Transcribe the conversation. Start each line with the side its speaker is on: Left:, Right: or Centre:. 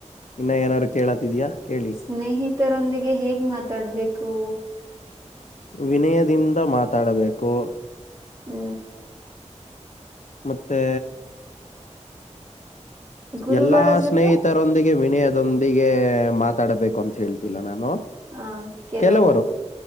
Left: ಇನ್ನ ಏನಾರು ಕೇಳದಿದಯ ಕೇಳ
Right: ಸ್ನೇಹಿತರೊಂದಿಗೆ ಹೇಗ್ ಮಾತಾಡ್ಬೇಕು.
Left: ವಿನಯದಿಂದ ಮಾತಾಡಬೇಕು.
Right: ಹ್ಮ
Left: ಮತ್ತೆ
Right: ಗುರುಗಳ
Left: ಎಲ್ಲಾ
Right: ಜೊತೆ
Left: ಸ್ನೇಹಿತರೊಂದಿಗೆ ವಿನಯದೊಂದಿಗೆ ಮಾತ ತಡಬೇಕು ಅಂತ ಹೇಳ್ತಿಲ್ಲ ನಾನು
Right: ಹ ಕೆಲವು
Left: ಕೆಲವರು